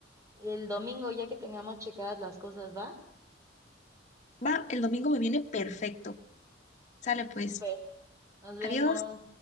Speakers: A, on the right; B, on the left.
A: el domingo ya que tengamos checadas las cosas, ¿va?
B: Va, el domingo me viene perfecto. Sale pues,
A: Súper, nos
B: adiós.
A: vemos.